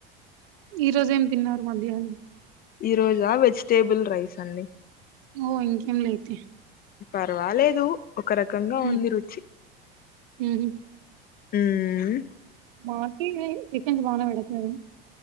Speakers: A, on the right (about 65°); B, on the left (about 30°).
A: ఈ రోజు ఏం తిన్నారు మధ్యాహ్నం
B: ఈ రోజా వెజిటేబుల్ రైస్ అండి
A: ఓ ఇంకేం లే అయితే
B: పర్వాలేదు ఒక రకంగా
A: ఉమ్,
B: ఉంది రుచి
A: ఉహు.
B: మ్
A: మాకేమీ చికెన్స్ బానే పెడుతారు